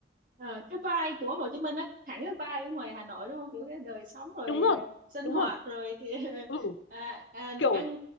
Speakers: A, on the right; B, on the left.
A: Ờ, cái vibe của Hồ Chí Minh á, hẳn cái vibe ở ngoài Hà Nội đúng không? Kiểu cái đời sống rồi
B: đúng rồi
A: ờ, sinh
B: đúng
A: hoạt
B: rồi
A: rồi kìa,
B: ừ
A: <laughs> à, à,
B: kiểu
A: ăn